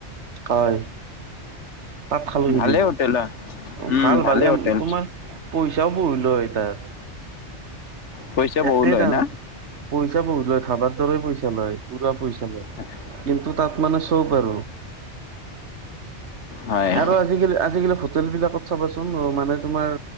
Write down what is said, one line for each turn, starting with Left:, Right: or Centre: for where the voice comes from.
Right: হয়, তাত খালো সিদিনা
Left: ভালে হোটেল হয় উম
Right: ভাল
Left: ভালে
Right: ভাল এ
Left: হোটেল
Right: তোমাৰ- পইচাও বহুত লয় তাত,
Left: পইচা বহু
Right: একে
Left: লয়
Right: দাম।
Left: না
Right: পইচা বহুত লয় ধাবাৰ দৰে পইচা লয় পোৰা পইচা লয়।
Left: আচ্ছা।
Right: কিন্তু তাত মানে চব আৰু,
Left: হয়
Right: আৰু- আজি‌ কালি হোটেল বিলাক চাবাচোন মানে তোমাৰ